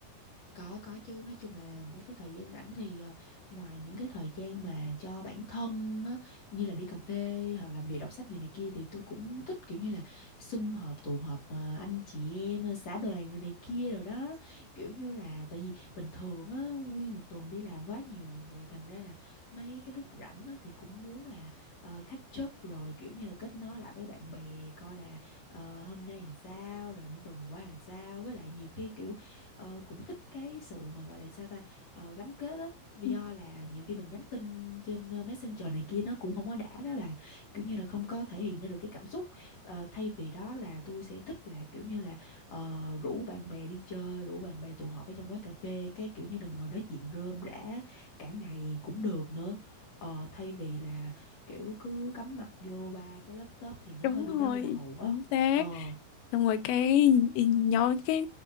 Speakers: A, on the left (about 45°); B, on the left (about 80°).
A: Có có chứ nói chung là mấy cái thời gian rảnh thì ờ, ngoài những cái thời gian mà cho bản thân á, như là đi cà phê hoặc làm việc đọc sách gì này kia thì tôi cũng thích kiểu như là sum họp tụ họp ờ, anh chị em ờ, xã đoàn rồi này kia rồi đó kiểu như là tại vì bình thường á nguyên một tuần đi làm quá nhiều rồi thành ra là mấy cái lúc rảnh á, thì cũng muốn là uh, catch up rồi kiểu như là kết nối lại với bạn bè coi là ờ, hôm nay làm sao rồi tuần qua làm sao với lại nhiều khi kiểu Ờ, cũng thích cái sự mà gọi là sao ta Ờ, gắn kết á Vì
B: <laughs>
A: do là nhiều khi mình nhắn tin trên ờ, Messenger này kia nó cũng không có đã đó bà kiểu như là không có thể hiện ra được cái cảm xúc Ờ, thay vì đó là tôi sẽ thích là kiểu như là ờ, rủ bạn bè đi chơi rủ bạn bè tụ họp ở trong quán cà phê cái kiểu như là ngồi nói chuyện rơm rả cả ngày cũng được nữa Ờ, thay vì là kiểu cứ cắm mặt vô ba cái laptop thì nó
B: đúng
A: hơi bị
B: rồi
A: đau đầu á
B: chính xác
A: ờ
B: Xong rồi cái y- nhóm cái